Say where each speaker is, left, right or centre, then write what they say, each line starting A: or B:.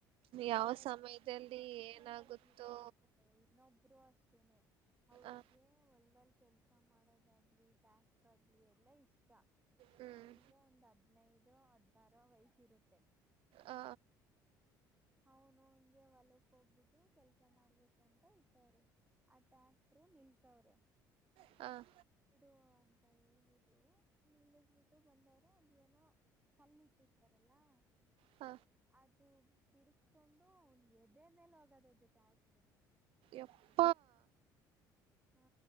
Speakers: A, on the right; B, on the right.
A: ಈ
B: ಯಾವ
A: ತರ
B: ಸಮಯದಲ್ಲಿ
A: ಚಿಕ್ಕ ಚಿಕ್ಕ ಮಕ್ಳೆಲ್ಲ
B: ಏನಾಗುತ್ತೋ
A: ಜೀವ ಕಳ್ಕೊತವೆ ಇನ್ನೊಬ್ರು ಅಷ್ಟೇನೆ. ಅವ್ರಿಗೆ
B: ಆ
A: ಹೊಲ್ದಲ್ಲಿ ಕೆಲ್ಸ ಮಾಡೋದಾಗ್ಲಿ ಟ್ಯಾಕ್ಟರ್ ಆಗ್ಲಿ ಎಲ್ಲ ಇಷ್ಟ.
B: ಹ್ಮ್
A: ಅವನಿಗೆ ಒಂದ್ ಹದ್ನೈದು, ಹದ್ನಾರು ವಯಸ್ಸ್ ಇರುತ್ತೆ.
B: ಅ
A: ಅವನು ಹಿಂಗೆ ಹೊಲಕ್ ಹೋಗ್ಬಿಟ್ಟು ಕೆಲ್ಸ ಮಾಡ್ಬೇಕು ಅಂತ ಇಟ್ಟಾರೆ. ಆ ಟ್ಯಾಕ್ಟ್ರು ನಿಲ್ಸವ್ರೆ.
B: ಅ
A: ಓಕೆ ಬಿಡು ಅಂತ ಹೇಳ್ಬಿಟ್ಟು ನಿಲ್ಲಿಸಬಿಟ್ಟು ಬಂದವ್ರೆ ಅದೇನೋ ಕಲ್ಲ ಇಟ್ಟಿರ್ತಾರಲ್ಲಾ
B: ಹ
A: ಅದು ಬಿಡಿಸಕೊಂಡು ಅವನ್ ಎದೆ ಮೇಲೆ <unintelligible> ಟ್ಯಾಕ್ಟ್ರು.
B: ಎಪ್ಪ
A: ಹಾ